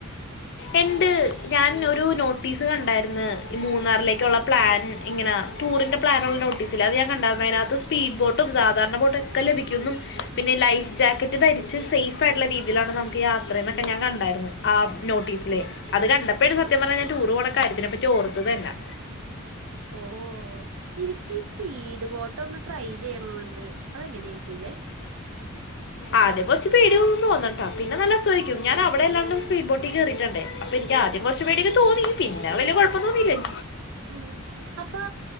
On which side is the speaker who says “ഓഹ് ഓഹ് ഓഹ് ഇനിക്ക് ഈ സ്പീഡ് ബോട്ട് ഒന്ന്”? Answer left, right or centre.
Right